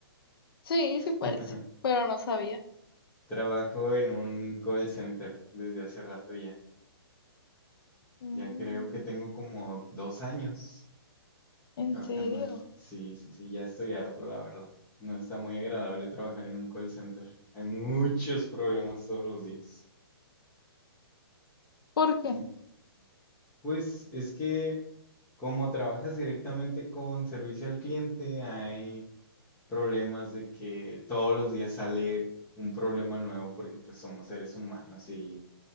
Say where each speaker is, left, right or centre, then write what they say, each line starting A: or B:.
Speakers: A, on the left (about 65°); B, on the left (about 15°).
A: Sí,
B: <laughs>
A: sí parece, pero no sabía.
B: Trabajo en un call center desde hace rato ya.
A: Mm,
B: Ya creo que tengo como dos años
A: ¿en
B: trabajando
A: serio?
B: ahí. Sí, sí, sí, ya estoy harto, la verdad. No está muy agradable trabajar en un call center. Hay muchos problemas todos los días.
A: ¿Por qué?
B: <laughs> Pues es que como trabajas directamente con servicio al cliente, hay problemas de que todos los días sale un problema nuevo porque pues somos seres humanos y,